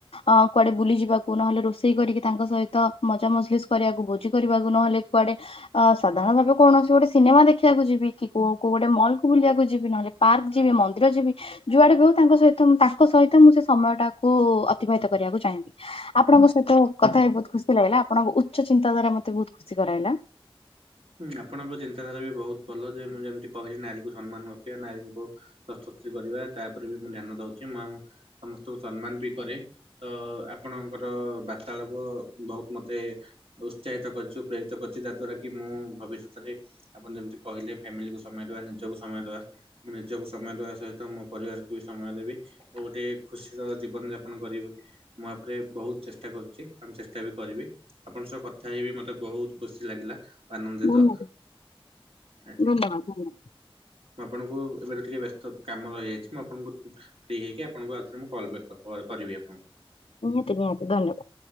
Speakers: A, on the left; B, on the right.
A: ଅଁ କୁଆଡେ ବୁଲିଯିବାକୁ ନହେଲେ ରୋଷେଇ କରିକି ତାଙ୍କ ସହ ତ ମଜା ମଜ୍ ଲିସ କରିବାକୁ ଭୋଜି କରିବାକୁ ନହେଲେ କୁଆଡେ ଅ ସାଧାରଣ ଭାବେ କୌଣସି ଗୋଟେ ସିନେମା ଦେ ଖିବାକୁ ଯିବି। କି କୋଉ କୋଉ ଗୋଟେ ମଲ୍ କୁ ବୁିଲିବାକୁ ଯିବି ନହେଲେ ପାର୍କ ଯିବି, ମନ୍ଦିର ଯିବି, ଯୁଆଡେ ବି ହଉ, ତାଙ୍କ ସହିତ ତ ମୁଁ ତାଙ୍କ ସହିତ ମୁଁ ସେ ସମୟ ଟାକୁ ଅତିବାହିତ କରିବାକୁ ଚାହିଁବି। ଆପଣଙ୍କ ସହିତ କଥା ହେଇ ବହୁତ ଖୁ ଖୁସି ଲାଗିଲା। ଆପଣଙ୍କ ଉଚ୍ଚ ଚିନ୍ତା ଧାରା ମତେ ବହୁତ ଖୁସି କରାଇଲା।
B: ହୁଁ, ଆପଣଙ୍କ ଚିନ୍ତାଧାରା ବି ବହୁତ ଭଲ ଯେ ମୁଁ ଜା ଯେମତି କହିଲି ନାରୀକୁ ସମ୍ମାନ ରଖିବା, ନାରୀଙ୍କୁ ଶସକ୍ତି କରିବା, ତାପରେ ବି ମୁଁ ଧ୍ୟାନ ଦଉଚି ମୁଁ ଆଉ ସମସ୍ତଙ୍କୁ ସମ୍ମାନ ବି କରେ। ତ ଆପଣଙ୍କର ବାର୍ତ୍ତାଳାପ ବହୁତ ମତେ ଉତ୍ସାହିତ କରିଚୁ, ପ୍ରେରିତ କରୁଚି, ଯାହାଦ୍ଵାରା କି ମୁଁ ଭବିଷ୍ୟତରେ ଆପଣ ଯେମିତି କହିଲେ, ଫ୍ୟାମିଲି କୁ ସମୟ ଦେବା, ନିଜକୁ ସମୟ ଦବା, ମୁଁ ନିଜକୁ ସମୟ ଦବା ସହିତ, ମୋ ପରିବାରକୁ ବି ସମୟ ଦେବି ଓ ଗୋଟେ ଖୁସିର ଜୀବନ ଯାପନ କରିବି। ମୁଁ ଆପରେ ରେ ବହୁତ ଚେଷ୍ଟା କରୁଚି! ଆଉ ମୁଁ ଚେଷ୍ଟା ବି କରିବି! ଆପଣଙ୍କ ସହ କଥା ହେଇବି ମତେ ବହୁତ ଖୁସି ଲାଗିଲା। ଆନନ୍ଦିତ।
A: ଧନ୍ୟବାଦ
B: ଆଜ୍ଞା।
A: ଧନ୍ୟବାଦ ଧନ୍ୟବାଦ।
B: ମୁଁ ଆପଣଙ୍କୁ ଏବେତ ଟିକେ ବେସ୍ତ କାମ ରହିଯାଇଚି। ମୁଁ ଆପଣଙ୍କୁ-କୁ ଫ୍ରି ହେଇକି ଆପଣଙ୍କୁ ଆଉଥରେ ମୁଁ କଲ ବ୍ୟାକ୍ କ-କରିବି ଆପଣଙ୍କୁ।
A: ନିହାତି ନିହାତି ଧନ୍ୟବାଦ।